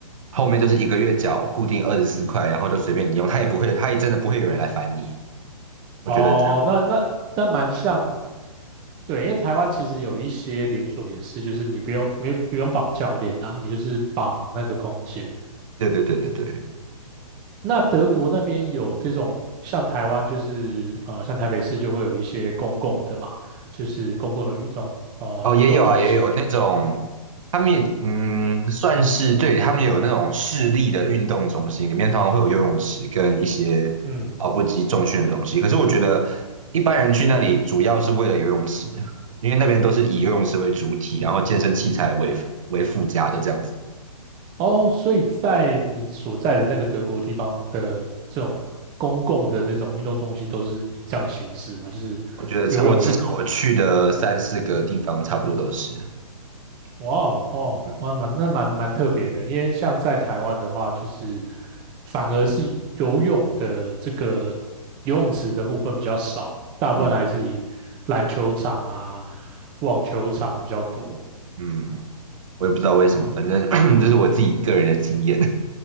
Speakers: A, on the right; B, on the right.
A: 后面就是一个月缴固定二十四块，然后就随便你用，它也不会，它也真的不会有人来烦你。我觉得这样，
B: 哦，那那那蛮像，对，因为台湾其实有一些连锁也是，就是你不用没有不用绑教练啊，你就是绑那个空间，
A: 对对对对对。
B: 那德国那边有这种像台湾就是呃，像台北市就会有一些公共的嘛，就是公共的运种呃运动中心。
A: 哦，也有啊，也有那种，他们也嗯，算是对，他们有那种市立的运动中心，里面通常会有游泳池跟一些跑步机、
B: 嗯，
A: 重训的东西。可是我觉得一般人去那里主要是为了游泳池，因为那边都是以游泳池为主体，然后健身器材为为附加的这样子。
B: 哦，所以在你所在的那个德国地方的这种公共的这种运动中心都是以这样的形式嘛，就是游泳为主。
A: 我觉得差，我至嗯少我去的三四个地方差不多都是，
B: 哇哦，哦，
A: 嗯
B: 蛮蛮那蛮蛮特别的，因为像在台湾的话，就是反而是游泳的这个游泳池的部分比较少，大部分还是以篮球场啊、
A: 嗯
B: 网球场比较多。
A: 嗯，我也不知道为什么，反正 <clears throat> 这是我自己个人的经验。